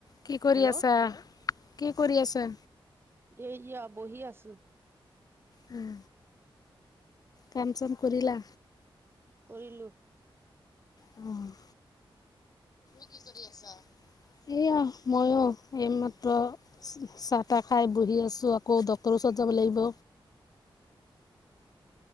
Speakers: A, on the left; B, on the right.
A: কি কৰি
B: হেল্ল'
A: আছা? কি কৰি আছা?
B: এই ই, বহি আছো।
A: উম, কাম চাম কৰিলা?
B: কৰিলো।
A: <unintelligible> কি কৰি আছা? এয়া মইও এইমাত্ৰ চাহ তাহ খাই বহি আছোঁ, আকৌ ডক্তৰৰ ওচৰত যাব লাগিব।